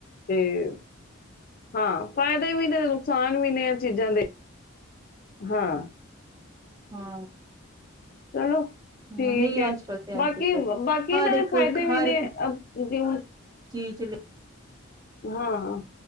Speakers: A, on the left; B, on the right.
A: ਤੇ, ਹਾਂ, ਫਾਇਦੇ ਵੀ ਨੇ, ਨੁਕਸਾਨ ਵੀ ਨੇ, ਇਹ ਚੀਜ਼ਾਂ ਦੇ, ਹਾਂ।
B: ਹਾਂ <unintelligible>
A: ਚਲੋ ਠੀਕ
B: ਹਾਂ ਨਹੀਂ
A: ਹੈ।
B: ਅੱਜ ਕੱਲ ਤੇ ਐ
A: ਬਾਕੀ,
B: ਠੀਕ ਹੈ
A: ਬਾਕੀ ਇਹਨਾਂ
B: ਹਰ
A: ਦੇ
B: ਇੱਕ
A: ਫਾਇਦੇ ਵੀ
B: ਹਰ
A: ਨੇ।
B: ਇੱਕ
A: ਆ ਜਿਵ
B: ਚੀਜ਼
A: ਹਾਂ,